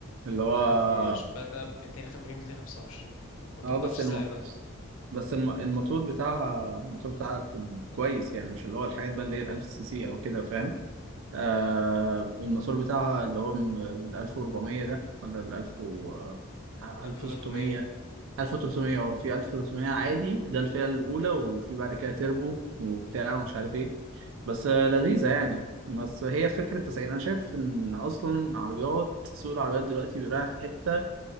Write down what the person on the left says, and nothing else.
اه دي ش- بدأ ب 205 مليون 225 ما توقعتش
السعر
ده عامة
1300